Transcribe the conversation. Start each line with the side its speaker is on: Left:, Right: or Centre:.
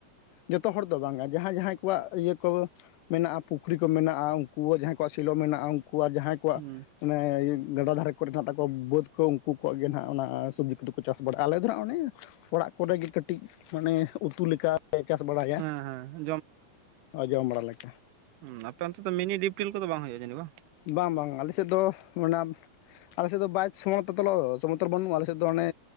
Left: ᱡᱚᱛᱚ ᱦᱚᱲ ᱫᱚ ᱵᱟᱝᱟ ᱡᱟᱦᱟᱸᱭ ᱡᱟᱦᱟᱸᱭ ᱠᱚᱣᱟᱜ ᱤᱭᱟᱹ ᱠᱚᱼᱼ ᱢᱮᱱᱟᱜᱼᱟ ᱯᱩᱠᱷᱨᱤ ᱠᱚ ᱢᱮᱱᱟᱜᱼᱟ, ᱩᱝᱠᱩ ᱡᱟᱦᱟᱸᱭ ᱠᱚᱣᱟᱜ ᱥᱮᱞᱚ ᱢᱮᱱᱟᱜᱼᱟ ᱩᱝᱠᱩ ᱟᱨ ᱡᱟᱦᱟᱸᱭᱼᱼ ᱠᱚᱣᱟᱜ,
Right: ᱦᱩᱸ
Left: ᱢᱟᱱᱮ ᱤᱭᱟᱹ ᱜᱟᱰᱟ ᱫᱷᱟᱨᱮᱼᱼ ᱠᱚᱨᱮ ᱫᱚ ᱦᱟᱜ ᱫᱟᱜᱚᱜ ᱵᱟᱹᱫᱽ ᱠᱚ ᱩᱱᱠᱩ ᱠᱚᱣᱟᱜ ᱤᱭᱟᱹ ᱱᱟᱜ ᱚᱱᱟ ᱥᱚᱵᱽᱡᱤ ᱠᱚᱫᱚ ᱠᱚ ᱪᱟᱥ ᱵᱟᱲᱟᱜᱼᱟ, ᱟᱞᱮ ᱫᱚ ᱱᱟᱜ ᱚᱱᱮᱼᱼ ᱚᱲᱟᱜ ᱠᱚᱨᱮᱜᱮ ᱠᱟᱹᱴᱤᱡ, ᱢᱟᱱᱮ ᱩᱛᱩ ᱞᱮᱠᱟᱼᱼ ᱞᱮ ᱪᱟᱥ ᱵᱟᱲᱟᱭᱟ,
Right: ᱦᱮᱸ ᱦᱮᱸ
Left: ᱚ ᱡᱚᱢ ᱵᱟᱲᱟ ᱞᱮᱠᱟ ᱾
Right: ᱩᱸ ᱟᱯᱮ ᱚᱱᱛᱮ ᱫᱚ ᱢᱤᱱᱤ ᱰᱤᱯᱴᱤᱞ ᱠᱚᱫᱚ ᱵᱟᱝ ᱦᱩᱭᱩᱜᱼᱟ ᱡᱟᱹᱱᱤ ᱵᱟᱜ?
Left: ᱵᱟᱝ ᱵᱟᱝ ᱟᱞᱮ ᱥᱮᱫ ᱫᱚ ᱚᱱᱟᱼᱼ ᱟᱞᱮ ᱥᱮᱫ ᱫᱚ ᱵᱟᱭ ᱥᱚᱢᱛᱚ ᱛᱚᱞᱚ ᱥᱚᱢᱚᱛᱚᱞ ᱵᱟᱹᱱᱩᱜᱼᱟ, ᱟᱞᱮ ᱥᱮᱫ ᱫᱚ ᱟᱱᱮ